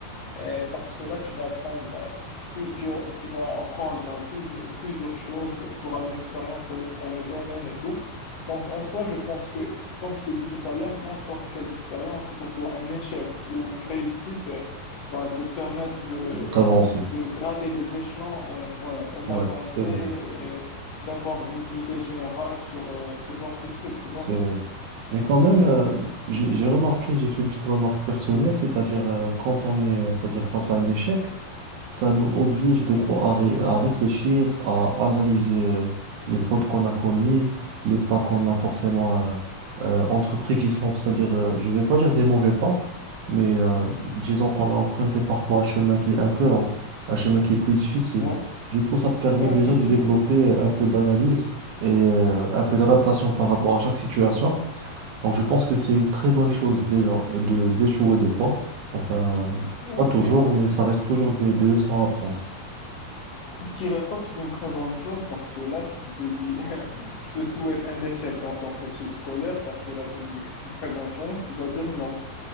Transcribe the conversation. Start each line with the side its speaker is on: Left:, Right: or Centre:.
Left: Et par cela, tu vas apprendre, euh, plus- tu, tu vas apprendre euh, plus- plusieurs choses, tu auras une expérience dans le, dans le domaine et tout. Donc, en soi, je pense que, comme je t'ai dit tout à l'heure, n'importe quelle expérience, que ce soit un échec ou une réussite, euh, va te permettre de,
Right: D'avancer.
Left: de grader les échelons et, ouais, et d'avancer
Right: Ouais, c'est vrai,
Left: et d'avoir une idée générale sur euh, ce genre de truc, tu vois.
Right: c'est vrai. Mais quand même, euh, j'ai j'ai remarqué, j'ai fait une petite remarque personnelle, c'est-à-dire euh, quand on est, euh, c'est-à-dire face à un échec, ça nous oblige des
Left: Ouais,
Right: fois à, ré- à réfléchir, à analyser euh, les fautes qu'on a commises, les pas qu'on a forcément euh, euh, entrepris qui sont, c'est-à-dire, euh, je ne vais pas dire des mauvais pas, mais euh, disons qu'on a emprunté parfois un chemin qui est un peu lent, un chemin qui est plus difficile.
Left: ouais,
Right: Du coup, ça te permet
Left: ouais,
Right: déjà
Left: effectivement.
Right: de développer un peu d'analyse et euh, un peu d'adaptation par rapport à chaque situation. Donc, je pense que c'est une très bonne chose déjà euh, de d'échouer des fois. Enfin,
Left: Ouais,
Right: pas toujours,
Left: ben.
Right: mais ça reste toujours des, des leçons à apprendre.
Left: Je dirais pas que c'est une très bonne chose parce que là, si tu te dis, <laughs> je te souhaite un échec dans ton cursus scolaire parce que là, tu me dis que c'est une très bonne chance, tu vas dire non.